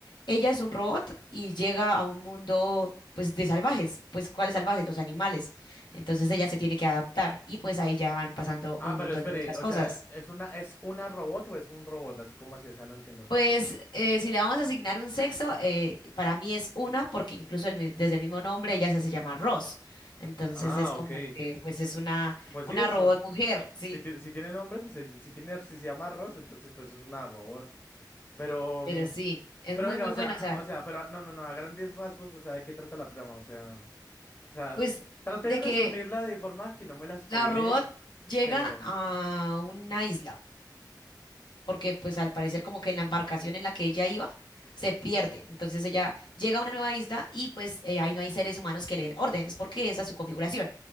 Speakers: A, on the left; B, on the left.
A: Ella es un robot y llega a un mundo pues de salvajes, pues ¿cuáles salvajes? Los animales. Entonces ella se tiene que adaptar y pues ahí ya van pasando
B: Ah,
A: un
B: pero
A: montón
B: espere,
A: de otras
B: o
A: cosas.
B: sea, ¿es una, es una robot o es un robot? Así como así, o sea, no entiendo.
A: Pues eh, si le vamos a asignar un sexo, eh, para mí es una porque incluso el mi- desde el mismo nombre ella se hace llamar Ross. Entonces
B: Ah,
A: es como
B: ok.
A: que pues es una,
B: Pues
A: una
B: sí es.
A: robot mujer, sí,
B: Si, ti- si tiene nombre, pues eh, si tiene, si se llama Rose entonces pues es una robot. Pero,
A: pero
B: mm,
A: sí, es
B: pero
A: muy
B: venga,
A: muy
B: o sea,
A: buena. O sea,
B: o sea, pero no, no, no, a grandes rasgos, o sea, ¿de qué trata la trama? O sea, o sea,
A: pues
B: traté
A: de
B: de resumirla
A: que
B: de forma que no me la spoileé,
A: la robot llega
B: pero
A: a una
B: Ujú.
A: isla. porque pues al parecer como que en la embarcación en la que ella iba se pierde. Entonces ella llega a una nueva isla y pues eh, ahí no hay seres humanos que le den órdenes, porque esa es su configuración.